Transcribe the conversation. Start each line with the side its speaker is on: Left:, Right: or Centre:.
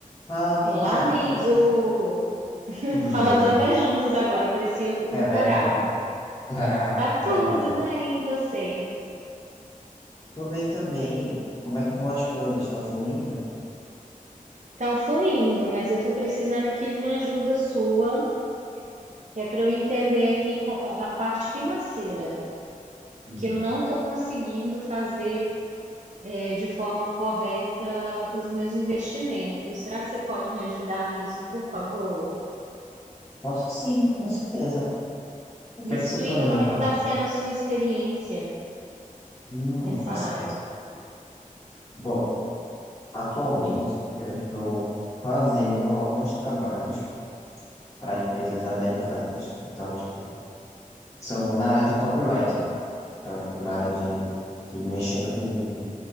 Left: Fala, amiga,
Right: Olá, amigo!
Left: tudo certo?
Right: <laughs>
Left: Tudo
Right: Falamos
Left: bem?
Right: até juntos agora, parecia um
Left: É
Right: coral.
Left: verdade. <laughs>
Right: Tá
Left: Verdade.
Right: tudo bem, e você?
Left: Tô bem também. Como é que vão as coisas? Tá fluindo?
Right: Estão fluindo, mas eu tô precisando aqui de uma ajuda sua, que é para eu entender aqui co- a parte financeira, porque
Left: Hum,
Right: eu não tô conseguindo fazer eh, de forma correta os meus investimentos. Será que você pode me ajudar nisso, por favor?
Left: Posso sim, com certeza. O que
Right: Me
Left: é
Right: explica
Left: que você planeja
Right: como é
Left: fazer?
Right: que tá sendo a sua experiência
Left: Hum,
Right: nessa
Left: tá certo.
Right: área.
Left: Bom, atualmente eu estou fazendo alguns trabalhos para empresas americanas. Então, tipo, são na área de copywriting. Então, tipo, na área de, de mexer com,